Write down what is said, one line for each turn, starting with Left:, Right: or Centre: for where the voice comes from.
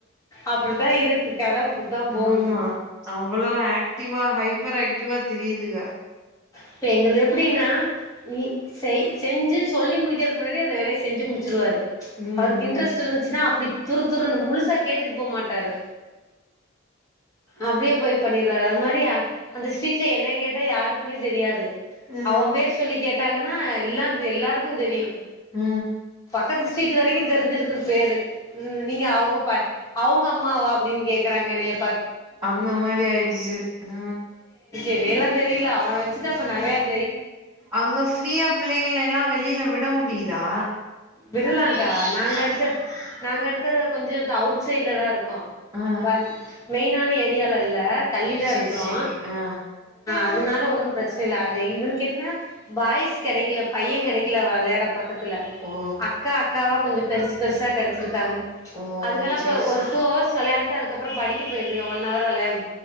Left: அப்டிதா இருக்கு கத அப்படித்தா போகுது
Right: ஆமா அவ்வளோ ஆக்டிவா ஹைப்பர் ஆக்டிவா திரியுதுக
Left: இப்ப எங்கது எப்படின்னா நீ செய் செஞ்சு சொல்லி முடிக்கிறதுக்கு முன்னாடி அந்த வேலைய செஞ்சு முடிச்சிருவாரு
Right: ம்
Left: அவருக்கு
Right: ம்
Left: இன்ட்ரெஸ்ட் இருன்ச்சுனா அப்டி துரு துருனு முழுசாக் கேட்டுட்டு போ மாட்டாரு அப்டியே போய் பண்ணிருவாரு அது மாரியா அந்த ஸ்ட்ரீட்லல என்னய கேட்டா யாருக்குமே தெரியாது
Right: ம்
Left: அவ பேர் சொல்லி கேட்டாங்கன்னா எல்லா எல்லாருக் குந்தெரியு
Right: உ
Left: க்கத்து ஸ்ட்ரீட் வரைக்கு தெரிஞ்சிருக்குது பேரு உ நீங்க அவுங்க பாய் அவுங்க அம்மாவா அப்டின் கேக்குறாங்க என்னய
Right: அந்த மாரி ஆயிருச்சு உ
Left: என்னயலா தெரியல அவன வச் ச்சுதா ப்ப நரயாத்
Right: அங்க ஃப்ரியா பிள்ளைங்கலலா வெளில விட முடியுது தா
Left: விடலாங்கா நாங்க இருக்க நாங்க இருக்கத கொஞ்ச அவுட் சைட்ல தா இருக்கோ
Right: ஆ
Left: பட மெயினான ஏரியாலல தள்ளி தா
Right: சேரி
Left: இருக்குறோ
Right: சேரி ஆ
Left: அதனால ஒன்னும் பிரச்சன இல்ல அது இவனுக்கு என்ன பாய்ஸ் கெடைக்கல பைய கெடைக்கல வெளாட பக்கத்துல
Right: ஓ
Left: அக்காவா கொஞ்சோ பெருசு பெருசா கெடச்சுருக்காங்க
Right: ஓ
Left: அதுகெல்லா
Right: சேரி
Left: இப்ப
Right: சேரி
Left: ஒரு டூ அவர்ஸ் வெளயாண்ட்டு அதுக்கப்றோ படிக்க போயிருதுக ஒன் அவர் வெளயான்